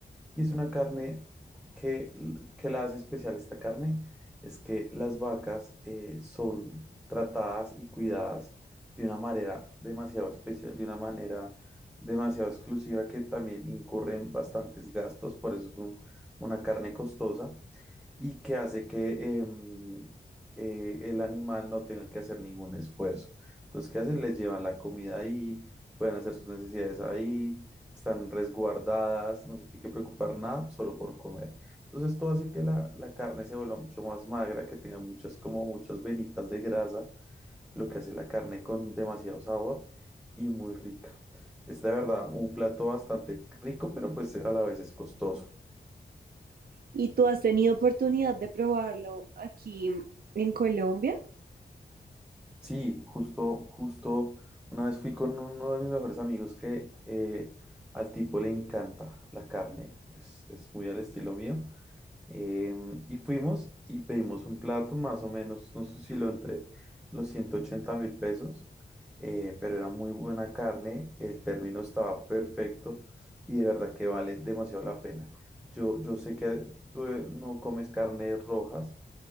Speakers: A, in the centre; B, on the right.
A: Y es una carne que, que la hace especial esta carne, es que las vacas eh, son tratadas y cuidadas de una manera demasiado especial, de una manera demasiado exclusiva que también incurren bastantes gastos, por eso es un- una carne costosa y que hace que em, eh, el animal no tenga que hacer ningún esfuerzo. Entonces, ¿qué hacen? Les llevan la comida ahí, pueden hacer sus necesidades ahí, están resguardadas, no se tiene que preocupar nada solo por comer. Entonces, esto hace que la, la carne se vuelva mucho más magra, que tenga muchas, como muchas venitas de grasa, lo que hace la carne con demasiado sabor y muy rica. Es de verdad un plato bastante rico, pero pues a la vez es costoso.
B: ¿Y tú has tenido oportunidad de probarlo aquí en Colombia?
A: Sí, justo, justo, una vez fui con uno de mis mejores amigos que eh, al tipo le encanta la carne, es, es muy al estilo mío, Em, y fuimos y pedimos un plato, más o menos nos osciló entre los ciento ochenta mil pesos, eh, pero era muy buena carne, el término estaba perfecto y de verdad que vale demasiado la pena. Yo, yo sé que tú eh, no comes carnes rojas,